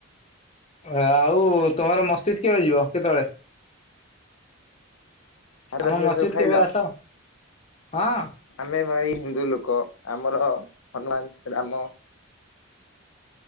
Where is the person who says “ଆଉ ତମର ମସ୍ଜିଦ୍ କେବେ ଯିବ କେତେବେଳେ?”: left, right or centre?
Left